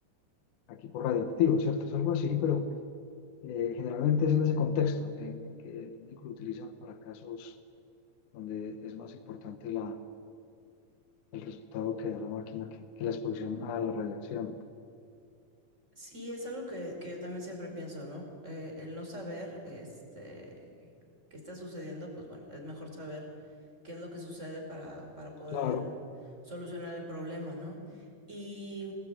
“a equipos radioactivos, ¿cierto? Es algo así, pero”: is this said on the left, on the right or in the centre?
Left